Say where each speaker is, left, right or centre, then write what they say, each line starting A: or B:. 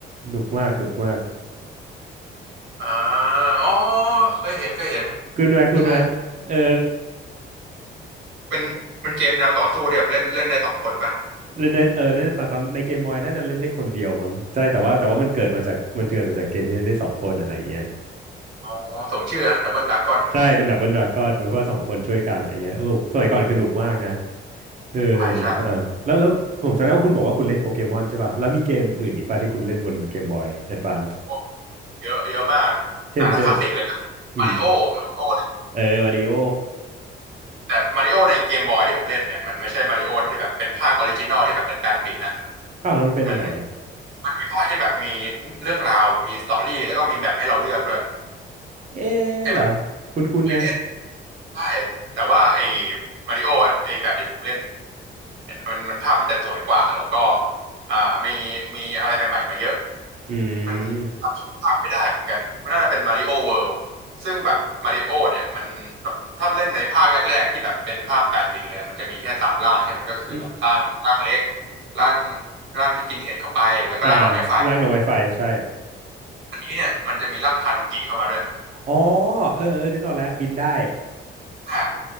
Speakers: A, on the right (about 40°); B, on the right (about 75°).
A: หนุกมากหนุกมาก
B: อ่าอ๋อเคยเห็นเคยเห็น
A: คุณไหมคุณไหม
B: ใช่
A: เออ
B: เป็นเป็นเกมแนวต่อสู้ที่แบบเล่นเล่นได้สองคนปะ
A: เล่นในเออเล่นในตอนตอนในเกมบอยน่าจะเล่นได้คนเดียวมั้งใช่แต่ว่าแต่ว่ามันเกิดมาจากมันเกิดมาจากเกมที่เล่นได้สองคนอะไรอย่างเงี้ย
B: อ๋อสมชื่อนะดับเบิลดรากอน
A: ใช่เป็นดับเบิลดราก้อนเพราะว่าสองคนช่วยกันอะไรเงี้ยเออสมัยก่อนคือหนุกมากนะเออหนุกมากแล้วแล้วผมจำได้ว่าคุณบอกว่าคุณเล่นโปเกมอนใช่ป่ะแล้วมีเกมอื่นอีกป่ะที่คุณเล่นบนเกมบอยแอดวานซ์
B: ใช่ใช่โอ้เยอะเยอะมากอ่าถ้าคลาสสิกเลยนะมาริโอมาริโอ
A: เช่นเช่นอืมเออวาริโอ
B: แต่มาริโอในเกมบอยที่ผมเล่นเนี่ยมันไม่ใช่มาริโอที่แบบเป็นภาคออริจินอลที่แบบเป็นแปดบิตนะ
A: อ้าวแล้วมันเป็นอันไหน
B: มันมันมีภาคที่แบบมีเรื่องราวแบบมีสตอรี่แล้วก็มีแบบให้เราเลือกด้วย
A: เอ๊ะเหรอคุณคุณนะ
B: ไอ้แบบเคยเล่นได้แต่ว่าไอ้มาริโออะไอ้แบบที่ผมเล่นเนี่ยมันมันภาพมันจะสวยกว่าแล้วก็อ่ามีมีอะไรใหม่ๆมาเยอะ
A: อื
B: มันจำชื่อภาคไม่ได้เหมือนกันมันน่าจะเป็นมาริโอเวิลด์ซึ่งแบบมาริโอเนี่ยมันบถ้าเล่นในภาคแรกๆที่แบบเป็นภาพแปดบิตเลยมันจะมีแค่สามร่างใช่ไหมก็คือแบบร่างร่างเล็ก
A: มอืม
B: ร่างร่างที่กินเห็ดเข้าไปแล้วก็ร่างดอกไม้ไฟ
A: อ่าล่างหน่อไวไฟใช่
B: อันนี้เนี่ยมันจะมีร่างทานุกิเข้ามาด้วย
A: อ๋อเออเออนึกออกแล้วบินได้
B: อ่า